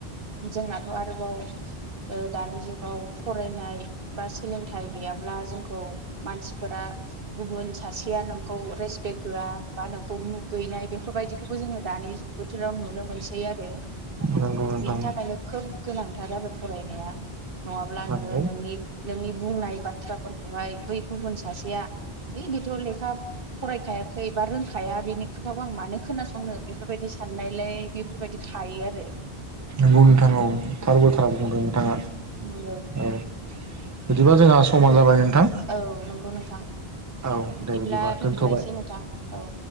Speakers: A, on the right; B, on the right.
A: जोंनाथ' आरोबाव ओ दानि जुगाव फरायनाय बा सोलोंथाइ गैयाब्ला जोंखौ मानसिफोरा गुबुन सासेया नोंखौ पेक होआ बा नोंखौ मुगैनाय बेफोरबायदिखौबो जोङो दानि बोथोराव नुनो मोनसै आरो
B: नंगौ नोंथां
A: बिनि थाखायनो खोब गोनांथार आरो फरायनाया नङाब्ला
B: नंगौ
A: नोङो नोंनि नोंनि बुंनाय बाथ्राफोरखौहाय बै गुबुन सासेया ओइ बेथ' लेखा फरायखायाखै बा रोंखाया बेनि खोथाखौ आं मानो खोनासंनो बेफोरबायदि साननायलाय बेफोर बेफोरबायदि थायो आरो
B: नंगौ नोंथां औ थार बाथ्राखौनो बुंदों नोंथाङा
A: नंगौ
B: औ बिदिबा जोंहा समा जाबाय नोंथां
A: औ नंगौ नोंथां
B: औ
A: बिदिब्ला
B: दे बिदिबा दोनथ'बाय
A: दोनथ'लायसै नोंथां औ